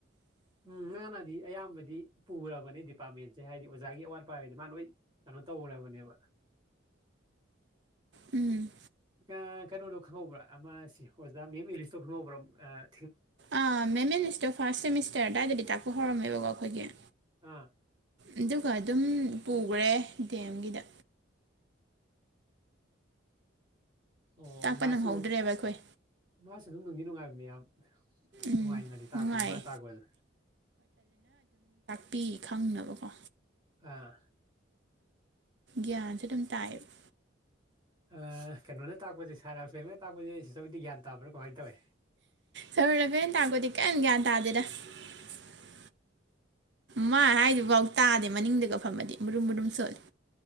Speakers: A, on the right; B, on the right.
A: ꯎꯝ ꯃꯥꯅꯗꯤ ꯑꯌꯥꯝꯕꯗꯤ ꯄꯨꯔꯕꯅꯦ ꯗꯤꯄꯥꯔꯠꯃꯦꯟꯁꯦ ꯍꯥꯏꯗꯤ ꯑꯣꯖꯥꯒꯤ ꯑꯋꯥꯠ ꯑꯄꯥꯒꯤꯗꯤ ꯃꯥꯅ ꯂꫭꯏ <unintelligible> ꯇꯧꯔꯕꯅꯦꯕ
B: ꯎꯝ
A: <unintelligible> ꯀꯩꯅꯣꯗꯣ ꯈꯪꯍꯧꯕ꯭ꯔ ꯑꯃ ꯁꯤ ꯑꯣꯖꯥ ꯃꯦꯝ ꯏꯔꯤꯁꯇꫭ ꯈꯪꯍꯧꯕ꯭ꯔ ꯑ
B: ꯑꯥ ꯃꯦꯝ ꯏꯔꯤꯁꯇꯣ ꯐꯥꯔꯁ ꯁꯦꯃꯤꯁꯇꯔ ꯑꯗꯥꯏꯗꯗꯤ ꯇꯥꯛꯄ ꯍꯧꯔꯝꯃꯦꯕꯀꯣ ꯑꯈꯣꯏꯒꯤ
A: ꯑꯥ
B: ꯑꯗꯨꯒ ꯑꯗꯨꯝ ꯄꯨꯒ꯭ꯔꯦ ꯗꯤ ꯑꯦꯝꯒꯤꯗ
A: ꯑꯣ
B: ꯇꯥꯛꯄ
A: ꯃꯥꯁꯨ
B: ꯅꯪꯍꯧꯗ꯭ꯔꯦꯕ ꯑꯩꯈꯣꯏ
A: ꯃꯥꯁꯨ ꯑꯗꯨꯝ ꯅꯨꯡꯗꯤ ꯅꯨꯡꯉꯥꯏꯕꯅꯦ ꯏꯌꯥꯝ
B: ꯎꯝ
A: ꯅꯨꯡꯉꯥꯏꯅꯗꯤ ꯇꯥꯛꯄꯅꯦ
B: ꯅꯨꯡꯉꯥꯏꯌꯦ
A: ꯃꯥꯅ ꯇꯥꯛꯄꯖꯦ
B: ꯄꯤ ꯈꯪꯅꯕꯀꯣ
A: ꯑꯥ
B: ꯒ꯭ꯌꯥꯟꯁꯨ ꯑꯗꯨꯝ ꯇꯥꯏꯑꯦꯕ
A: ꯑ ꯀꯩꯅꯣꯅ ꯇꯥꯛꯄꯁꯦ ꯁꯥꯔ ꯔꯥꯐꯦꯝꯅ ꯇꯥꯛꯄꯁꯦ ꯁꯤꯛꯁꯇꯔ ꯍꯣꯏꯗꯤ ꯌꯥꯟ ꯇꯥꯕ꯭ꯔ ꯀꯃꯥꯏ ꯇꯧꯋꯤ
B: ꯁꯥꯔ ꯔꯕꯤꯅ ꯇꯥꯛꯄꯗꯤ <inaudible> ꯃꯥ ꯍꯥꯏꯗꯨꯐꯥꯎ ꯇꯥꯗꯦ ꯃꯅꯤꯡꯗꯒ ꯐꯝꯃꯗꯤ ꯃꯨꯔꯨꯝ ꯃꯨꯔꯨꯝ ꯁꯣꯜꯂꯤ